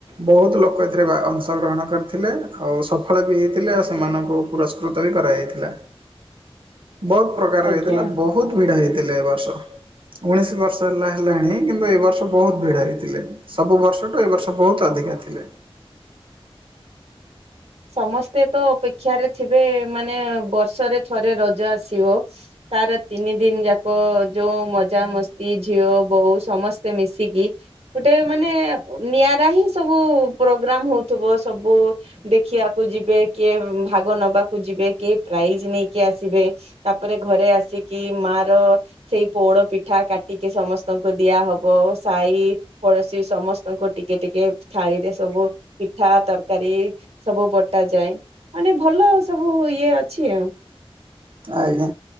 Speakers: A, on the right; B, on the right.
A: ବହୁତ ଲୋକ ଏଥିରେ ଭା ଅଂଶଗ୍ରହଣ କରିଥିଲେ ଆଉ ସଫଳ ବି ହେଇଥିଲେ। ଆଉ ସେମାନଙ୍କୁ ପୁରସ୍କୃତ ବି କରାଯାଇଥିଲା ବହୁତ ପ୍ରକାର
B: ଆଜ୍ଞା।
A: ହେଇଥିଲା ବହୁତ ଭିଡ ହେଇଥିଲା ଏ ବର୍ଷ। ଉଣେଇଶ ବର୍ଷ ହେଲା ହେଲାଣି କିନ୍ତୁ ଏ ବର୍ଷ ବହୁତ ଭିଡ ହେଇଥିଲେ ସବୁ ବର୍ଷଠୁ ଏ ବର୍ଷ ବହୁତ ଅଧିକା ଥିଲେ।
B: ସମସ୍ତେ ତ ଅପେକ୍ଷାରେ ଥିବେ ମାନେ ବର୍ଷରେ ଥରେ ରଜ ଆସିବ। ତାର ତିନି ଦିନ ଯାକ ଯୋଉ ମଜା ମସ୍ତି ଝିଅ ବୋହୁଁ ସମସ୍ତେ ମିଶିକି ଗୋଟେ ମାନେ ନିଆରା ହିଁ ସବୁ ପ୍ରୋଗ୍ରାମ ହଉଥିବ ସବୁ ଦେ ଖିଆକୁ ଯିବେ, କିଏ ଉଁ, ଭାଗ ନବାକୁ ଯିବେ। କିଏ ପ୍ରାଇଜି ନେଇକି ଆସିବେ। ତାପରେ ଘରେ ଆସିକି ମା ର ସେଇ ପୋଡ ପିଠା କାଟିକି ସମସ୍ତଙ୍କୁ ଦିଆ ହବ। ସାଇ ପଡୋଶୀ ସମସ୍ତଙ୍କୁ ଟିକେ ଟିକେ ଥାଳିରେ ସବୁ ପିଠା ତରକାରୀ ସବୁ ବଟାଯାଏ ମାନେ ଭଲ ସବୁ ଇଏ ଅଛି ଆଉ।
A: ଆଜ୍ଞା,